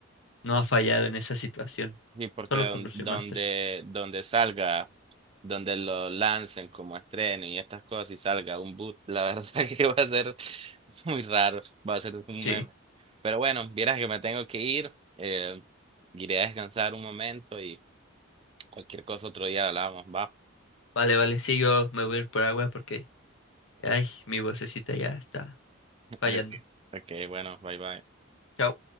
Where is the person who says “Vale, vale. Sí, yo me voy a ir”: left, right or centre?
Left